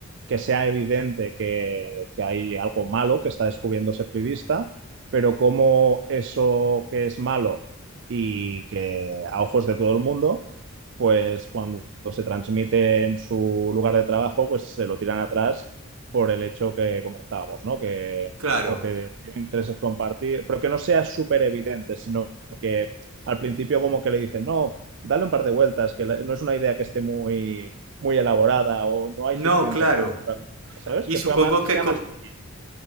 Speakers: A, on the right (about 60°); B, on the right (about 80°).
A: que sea evidente que, que hay algo malo que está descubriendo ese periodista, pero cómo eso que es malo y que a ojos de todo el mundo pues cuando se transmite en su lugar de trabajo, pues se lo tiran atrás por el hecho que comentábamos, ¿no? Que,
B: claro.
A: o que tienen intereses compartir, pero que no sea súper evidente, sino que al principio como que le dicen, no, dale un par de vueltas, que la- no es una idea que esté muy, muy elaborada o no hay
B: No,
A: suficientes
B: claro.
A: fuentes para... ¿Sabes?
B: Y
A: Que,
B: supongo
A: fue a ma- que
B: que
A: sea
B: con...
A: más sutil,